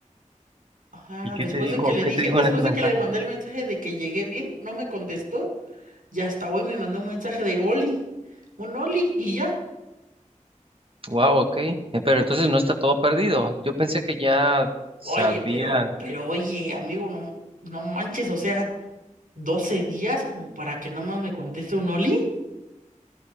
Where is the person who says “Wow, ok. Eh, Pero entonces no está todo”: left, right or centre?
Right